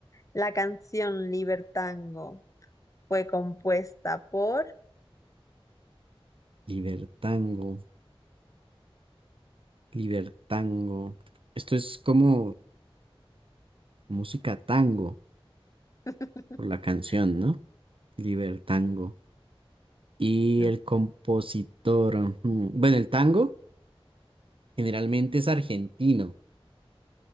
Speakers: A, on the left (about 35°); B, on the right (about 65°).
A: La canción Libertango fue compuesta por
B: Libertango. Libertango. Esto es como música tango
A: <laughs>
B: por la canción, ¿no? Libertango. Y
A: Mm,
B: el compositor, ujú, bueno, el tango generalmente es argentino,